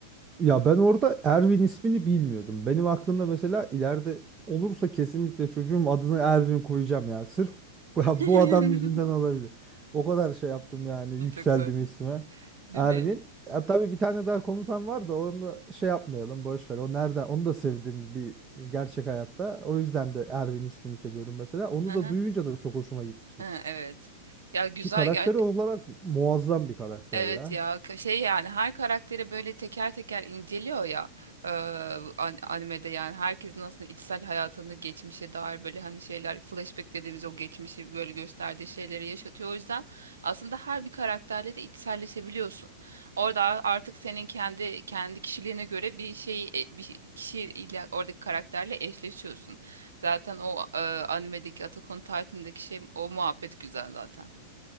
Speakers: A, on the right (about 20°); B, on the right (about 70°).
A: Ya ben orada Erwin ismini bilmiyordum. Benim aklımda mesela ileride olursa kesinlikle çocuğum adını Erwin koyacağım ya. Sırf bu
B: <laughs>
A: <laughs> bu adam yüzünden olabilir. O kadar şey yaptım yani yükseldim
B: Mantıklı,
A: isme.
B: değil
A: Erwin.
B: mi?
A: Ya tabii bir tane daha komutan var da onu da şey yapmayalım boş ver. O nerede? Onu da sevdim bir gerçek hayatta. O yüzden de Erwin ismini seviyorum mesela. Onu
B: Hı hı.
A: da duyunca da çok hoşuma gitmişti.
B: Ha, evet. Ya güzel
A: Ki karakteri
B: ya
A: olarak muazzam bir karakter
B: Evet
A: ya.
B: ya ka- şey yani her karakteri böyle teker teker inceliyor ya e, an- animede yani herkesin aslında içsel hayatını geçmişe dair böyle hani şeyler flashback dediğimiz o geçmişi böyle gösterdiği şeyleri yaşatıyor. O yüzden aslında her bir karakterle de içselleşebiliyorsun. Orada artık senin kendi kendi kişiliğine göre bir şey e, bir şey, kişiyle oradaki karakterle eşleşiyorsun. Zaten o e, animedeki Attack on Titan'daki şey o muhabbet güzel zaten.